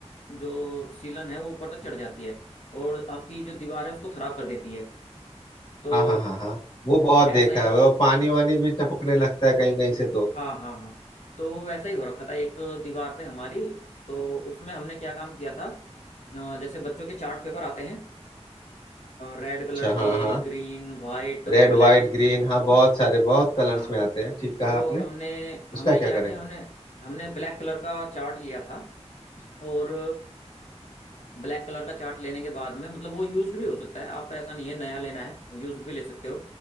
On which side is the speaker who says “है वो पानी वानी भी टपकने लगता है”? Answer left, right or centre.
Left